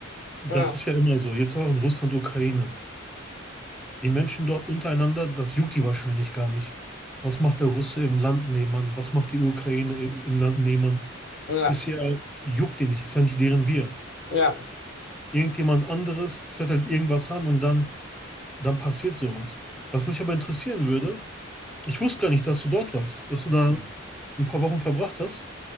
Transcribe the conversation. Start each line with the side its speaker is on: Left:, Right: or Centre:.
Centre: Das
Left: Ja,
Centre: ist ja immer so. Jetzt auch in Russland, Ukraine. Die Menschen dort untereinander, das juckt die wahrscheinlich gar nicht. Was macht der Russe im Land nebenan? Was macht die Ukraine i- im Land nebenan?
Left: ja,
Centre: Das hier halt, juckt die nicht, ist halt nicht deren Bier.
Left: ja.
Centre: Irgendjemand anderes zettelt irgendwas an und dann, dann passiert sowas. Was mich aber interessieren würde, ich wusste gar nicht, dass du dort warst, dass du da ein paar Wochen verbracht hast.